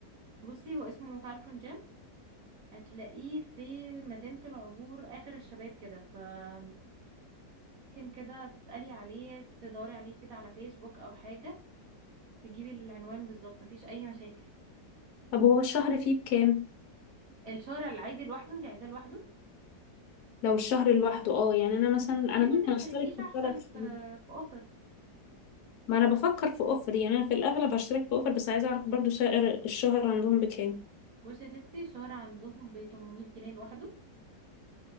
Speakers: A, on the right; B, on the left.
A: بصي هو اسمه فالكون جيم هتلاقيه في مدينة العبور آخر الشباب كده فممكن كده تسألي عليه تدوري عليه كده على فيسبوك أو حاجة تجيبي العنوان بالظبط مفيش أي مشاكل
B: طب هو الشهر فيه بكام
A: الشارع العادي لوحده انت عايزاه لوحده
B: لو الشهر لوحده اه يعني انا مثلا
A: طب ليه
B: انا
A: ما
B: ممكن
A: تشتركيش
B: اشترك في
A: أحسن
B: الثلاث
A: في
B: شهور
A: في أوفر
B: ما انا بفكر في اوفر يعني انا في الاغلب هشترك في اوفر بس عايزه اعرف برضو سعر الشهر عندهم بكام
A: بصي يا ستي الشارع عندهم ب 800 جنيه لوحده